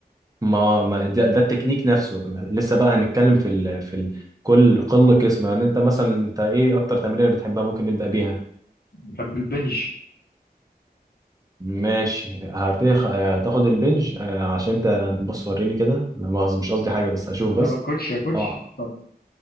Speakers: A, on the right; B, on the left.
A: ما ما- ده, ده التكنيك نفسه لسه بقى هنتكلم في ال... في ال... كل قله قسم يعني انت مثلا انت ايه اكتر تمرين بتحبها ممكن نبدأ بيها
B: بحب البنج
A: ماشي هتخ... هتاخد البنج آه، عشان انت بص وريني كده لا مؤاخذة مش قصدي حاجة بس هشوف
B: يا
A: بس
B: كوتش يا كوتش
A: اه
B: طيب